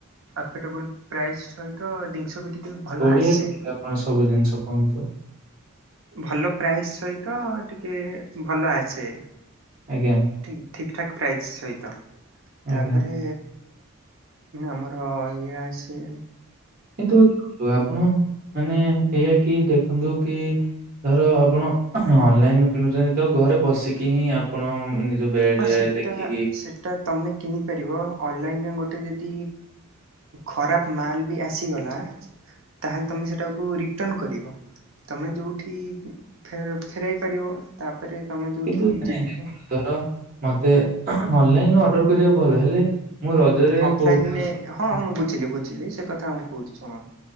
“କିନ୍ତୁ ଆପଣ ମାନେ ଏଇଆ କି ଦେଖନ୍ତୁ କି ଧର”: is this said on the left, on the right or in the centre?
Right